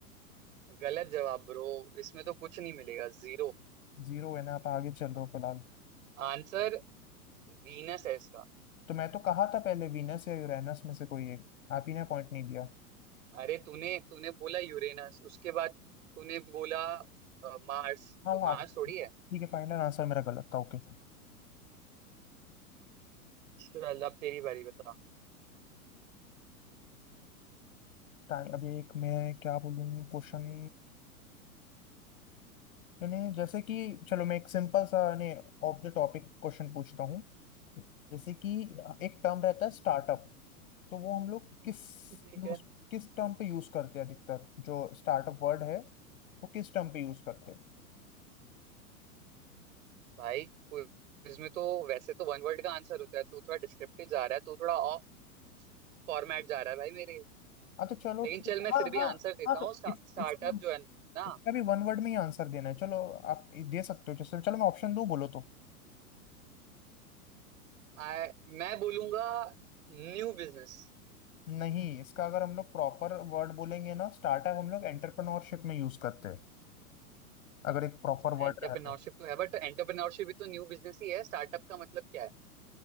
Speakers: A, on the right; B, on the left.
A: गलत जवाब ब्रो इसमें तो कुछ नहीं मिलेगा जीरो
B: जीरो है ना आप आगे चल रहे हो फिलहाल
A: आंसर वीनस है इसका
B: तो मैं तो कहा था पहले वीनस या यूरेनस में से कोई एक आप ही ने पॉइंट नहीं दिया
A: अरे तूने तूने बोला यूरेनस उसके बाद तूने बोला अ, मार्स
B: हाँ
A: तो
B: वो आप
A: मार्स थोड़ी है
B: ठीक है फाइनल आंसर मेरा गलत था ओके
A: चल अब तेरी बारी बता
B: टाइम अभी एक मैं क्या बोलूँ क्वेश्चन यानी जैसे कि चलो मैं एक सिंपल सा यानी ऑफ द टॉपिक क्वेश्चन पूछता हूँ जैसे कि एक टर्म रहता है स्टार्टअप तो वो हम लोग किस
A: ठीक
B: यूज
A: है
B: किस टर्म पे यूज करते हैं अधिकतर जो स्टार्टअप वर्ड है वो किस टर्म पे यूज करते हैं
A: भाई क्विज में तो वैसे तो वन वर्ड का आंसर होता है तू थोड़ा डिस्क्रिप्टिव जा रहा है तू थोड़ा ऑफ फॉर्मेट जा रहा है भाई मेरे
B: हाँ तो चलो
A: लेकिन
B: ठीक
A: चल
B: है
A: मैं फिर
B: हाँ
A: भी
B: हाँ
A: आंसर देता
B: हाँ तो
A: हूँ स्टा,
B: इस
A: स्टार्टअप
B: इसको
A: जो है ना
B: इसका भी वन वर्ड में ही आंसर देना है चलो आप दे सकते हो जैसे चलो मैं ऑप्शन दूँ बोलो तो
A: आ, मैं बोलूंगा न्यू बिजनेस
B: नहीं इसका अगर हम लोग प्रॉपर वर्ड बोलेंगे ना स्टार्टअप हम लोग एंटरप्रेन्योरशिप में यूज करते हैं अगर एक प्रॉपर
A: एंटरप्रेन्योरशिप
B: वर्ड रहे तो
A: तो है बट एंटरप्रेन्योरशिप भी तो न्यू बिजनेस ही है स्टार्टअप का मतलब क्या